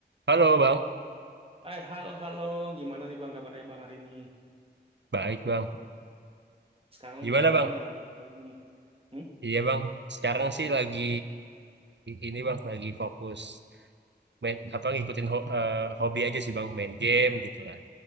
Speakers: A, on the right (about 80°); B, on the right (about 30°).
A: Halo Bang,
B: Hai, halo, halo. Gimana nih Bang kabarnya Bang hari ini?
A: baik Bang.
B: Sekarang lagi
A: Gimana
B: ngapain
A: Bang?
B: nih kalau belum tahu nih? Hmm?
A: Iya Bang, sekarang
B: Baik.
A: sih lagi ini Bang, lagi fokus main, apa ngikutin ho- eh, hobi aja sih Bang, main game gitu kan.